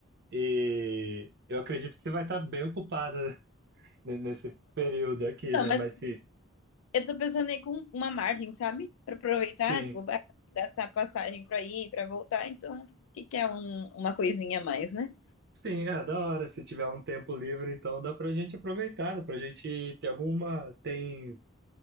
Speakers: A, on the right; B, on the left.
A: E eu acredito que você vai estar bem ocupada <laughs> né, nesse período aqui,
B: Não,
A: né?
B: mas
A: Mas se,
B: eu tô pensando aí com uma margem, sabe? Pra aproveitar,
A: sim,
B: tipo, ba- gastar passagem pra ir, pra voltar. Então, o que, que é um- uma coisinha a mais, né?
A: sim, é da hora. Se tiver um tempo livre, então dá pra gente aproveitar, dá pra gente ter alguma. Tem